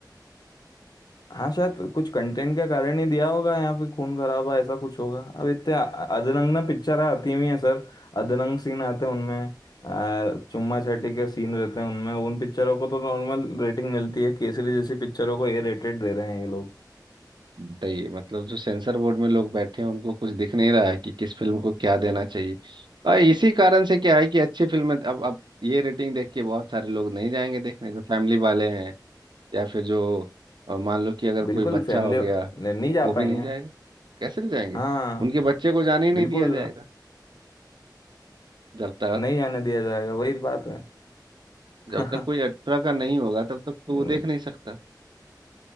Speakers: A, on the left (about 60°); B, on the right (about 80°).
A: हाँ शायद कुछ कंटेंट के कारण ही दिया होगा यहाँ पे खून खराबा ऐसा कुछ होगा अब इतने अ- अधरंग ना पिक्चर आती हुई है सर अधरंग सीन आते हैं उनमें अ, चुम्मा चाटी के सीन रहते हैं उनमें उन पिक्चरों को तो नॉर्मल रेटिंग मिलती है केसरी जैसी पिक्चरों को ए रेटेड दे रहे हैं ये लोग
B: बताइए मतलब जो सेंसर बोर्ड में लोग बैठे हैं उनको कुछ दिख नहीं रहा है कि किस फिल्म को क्या देना चाहिए और इसी कारण से क्या है कि अच्छी फिल्म अब अब ये रेटिंग देख के बहुत सारे लोग नहीं जाएंगे देखने जो फैमिली वाले हैं या फिर जो अ, मान लो कि अगर कोई
A: बिल्कुल
B: बच्चा
A: फैमिली
B: हो गया
A: नहीं जा
B: वो भी
A: पाएंगे
B: नहीं जाएगा कैसे ले जाएंगे
A: हाँ
B: उनके बच्चे को जाने ही नहीं
A: बिल्कुल
B: दिया जाएगा जब तक
A: नहीं जाने दिया जाएगा वही बात है
B: जब तक कोई अठारह का नहीं होगा तब तक तो
A: <laughs>
B: वो देख नहीं सकता